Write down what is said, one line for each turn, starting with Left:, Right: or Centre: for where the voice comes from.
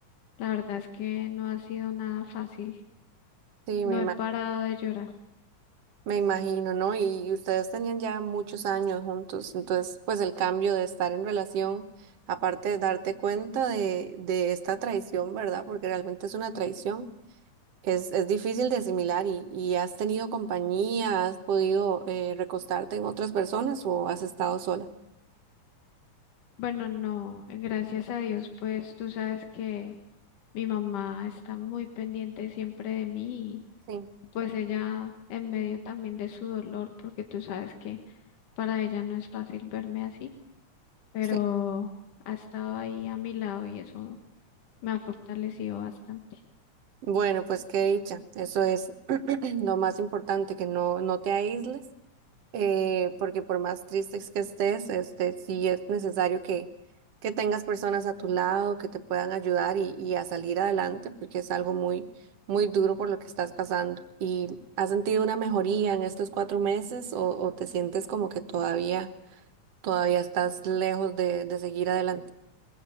Left: la verdad es que no ha sido nada fácil.
Right: Sí,
Left: No
Right: me imagino.
Left: he parado de llorar.
Right: Me imagino, ¿no? Y, y ustedes tenían ya muchos años juntos, entonces pues el cambio de estar en relación, aparte de darte cuenta de, de esta traición, ¿verdad? Porque realmente es una traición, es, es difícil de asimilar y, y has tenido compañía, has podido eh, recostarte en otras personas o has estado sola.
Left: Bueno, no, gracias a Dios, pues tú sabes que mi mamá está muy pendiente siempre de mí y
Right: Sí,
Left: pues ella en medio también de su dolor, porque tú sabes que para ella no es fácil verme así, pero
Right: sí.
Left: ha estado ahí a mi lado y eso me ha fortalecido bastante.
Right: Bueno, pues qué dicha, eso es <clears throat> lo más importante, que no, no te aísles eh, porque por más tristes que estés, este, sí es necesario que, que tengas personas a tu lado que te puedan ayudar y, y a salir adelante, porque es algo muy, muy duro por lo que estás pasando. ¿Y has sentido una mejoría en estos cuatro meses o, o te sientes como que todavía, todavía estás lejos de, de seguir adelante?